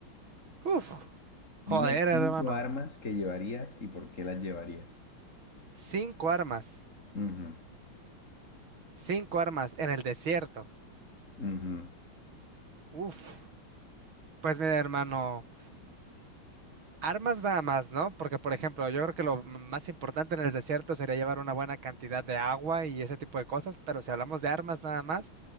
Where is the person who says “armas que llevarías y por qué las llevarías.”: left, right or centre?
Left